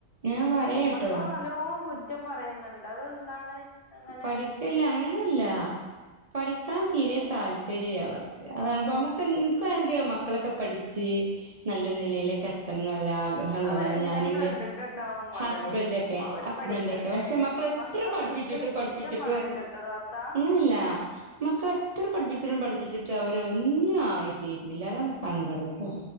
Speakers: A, on the right; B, on the left.
A: ഞാൻ പറയാ
B: മക്കളെ
A: ട്ടോ.
B: നല്ലോം കുറ്റം പറയുന്നുണ്ട് അതെന്താണ്. അങ്ങനെ
A: പഠിക്കല്ല അങ്ങനെയല്ല. പഠിക്കാൻ തീരെ താല്പര്യ അവർക്ക് അതാണ്പ്പോ നമുക്ക് ക്കന്റെ മക്കളൊക്കെ പഠിച്ച്. നല്ല നിലയിലൊക്കെ എത്തണം നല്ലഗ്രഹം. ഗ്രഹള്ളത
B: അവരെന്തേം
A: ഞാന്ന്റെ
B: കണ്ടിട്ടുണ്ടാവും
A: ഹസ്ബൻറ
B: അതായിരിക്കും
A: ഒക്കെ
B: അവര്
A: ഹസ്ബൻൊക്കെ
B: പഠിക്കട്ടെ
A: പക്ഷെ മക്കള എത്ര
B: മക്കള്
A: പഠിപ്പിച്ചിട്ട്
B: ഒരിക്കലും
A: പഠിപ്പിച്ചിട്ടും
B: കുറ്റം പറയരുത്ട്ടോ താത്ത
A: അങ്ങനല്ല മക്കളെത്ര പഠപ്പിച്ചിട്ടും പഠിപ്പിച്ചിട്ട് അവര ഒന്നും ആയിത്തീരുന്നില്ല അതാണ് സങ്കടട്ടോ.